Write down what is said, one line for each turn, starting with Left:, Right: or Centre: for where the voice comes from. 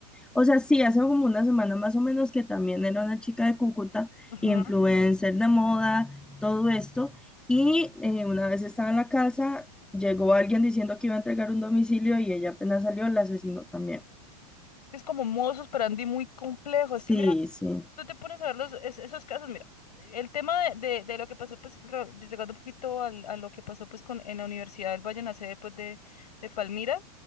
Centre: O sea, sí, hace como una semana más o menos que también era una chica de Cúcuta,
Left: Ujú.
Centre: influencer de moda, todo esto. Y eh, una vez estaba en la casa, llegó alguien diciendo que iba a entregar un domicilio y ella apenas salió, la asesinó también.
Left: Es como un modus operandi muy complejo.
Centre: Sí,
Left: Es que mira,
Centre: sí.
Left: tú te pones a ver los, es- esos casos, mira, el tema de, de, de lo que pasó, pues, re- llegando un poquito al- a lo que pasó, pues, con, en la Universidad del Valle, en la sede, pues, de, de Palmira,